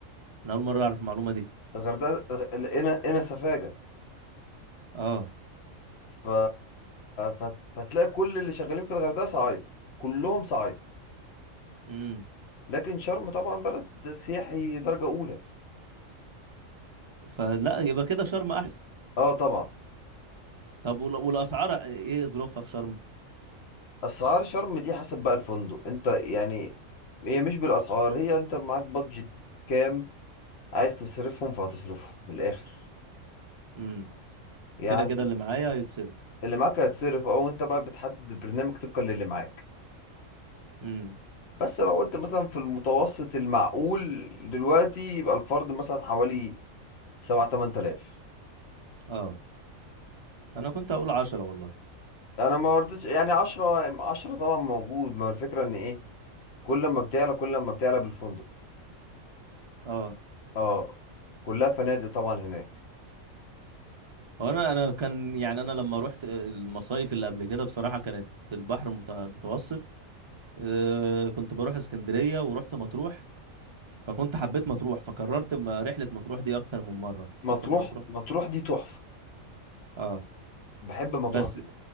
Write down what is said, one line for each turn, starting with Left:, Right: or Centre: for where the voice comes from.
Right: انا اول مره اعرف المعلومه دي
Left: الغردقه لقنا قنا سفاجه
Right: اه
Left: ف... فت- فتلاقي كل اللي شغالين في الغردقه صعايده كلهم صعايده
Right: امم
Left: لكن شرم طبعا بلد سياحي درجة أولى
Right: فلا يبقى كده شرم احسن
Left: اه طبعا
Right: طب وال- والاسعار ايه ظروفها في شرم
Left: أسعار شرم دي حسب بقى الفندق انت يعني هي مش بالأسعار هي انت معاك بادجت كام عايز تصرفهم فهتصرفهم من الآخر
Right: امم
Left: يعني
Right: كده كده اللي معايا هيتصرف
Left: اللي معاك هيتصرف او انت بقى بتحدد البرنامج طبقا للي معاك
Right: امم
Left: بس لو قلت مثلا في المتوسط المعقول دلوقتي يبقى الفرد مثلا حوالي سبعة تمن تلاف
Right: اه انا كنت هقول عشرة والله
Left: انا ما رضيتش يعني عشرة عشرة طبعا موجود ما هو الفكرة ان ايه كل ما بتعلى كل ما بتعلى بالفندق
Right: اه
Left: اه كلها فنادق طبعا هناك
Right: هو انا انا كان يعني انا لما رحت المصايف اللي قبل كده بصراحه كانت في البحر المت- المتوسط آه كنت بروح اسكندريه ورحت مطروح فكنت حبيت مطروح فكررت م- رحله مطروح دي اكتر من مره السفر
Left: مطروح
Right: لمطروح
Left: مطروح دي تحفة
Right: اه
Left: بحب مطروح
Right: بس
Left: جدا